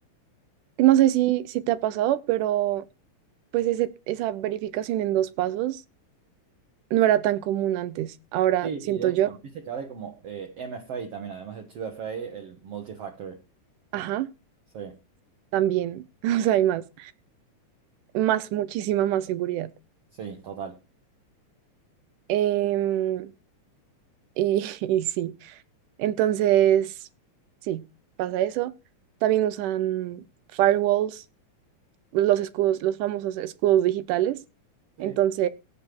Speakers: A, on the right (about 85°); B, on the right (about 60°).
A: No sé si, si te ha pasado, pero pues ese, esa verificación en dos pasos no era tan común antes. Ahora
B: Sí,
A: siento
B: y de hecho,
A: yo,
B: viste que ahora hay como eh, MFA también, además de 2FA, el multifactor.
A: ajá,
B: Sí,
A: también. <laughs> O sea, hay más, más, muchísima más seguridad.
B: sí, total.
A: Em, y, <laughs> y sí. Entonces, sí, pasa eso. También usan firewalls, los escudos, los famosos escudos digitales.
B: Sí,
A: Entonces,